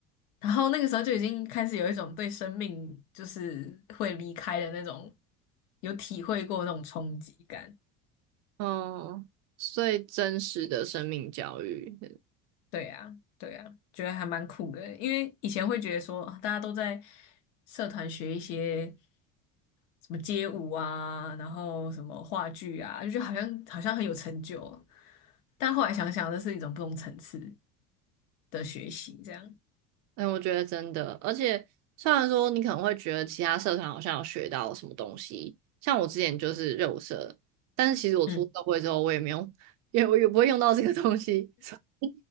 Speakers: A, on the left; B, on the right.
A: 然后那个时候就已经开始有一种对生命就是会离开的那种有体会过那种冲击感。
B: 嗯，所以真实的生命教育。
A: 对呀，对呀，觉得还蛮酷的。因为以前会觉得说，啊大家都在社团学一些什么街舞啊，然后什么话剧啊，就觉得好像好像很有成就哦。但后来想想，这是一种不同层次的学习，这样，
B: 哎，我觉得真的，而且虽然说你可能会觉得其他社团好像有学到什么东西，像我之前就是热舞社，但是其实我出社会之后，
A: 嗯，
B: 我也没有，也我也不会用到这个东西，<laughs> 所以